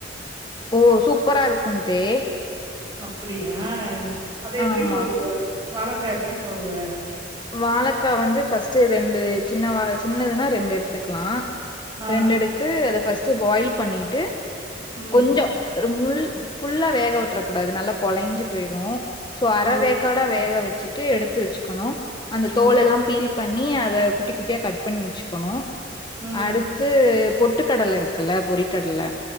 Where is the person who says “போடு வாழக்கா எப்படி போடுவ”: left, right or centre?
Right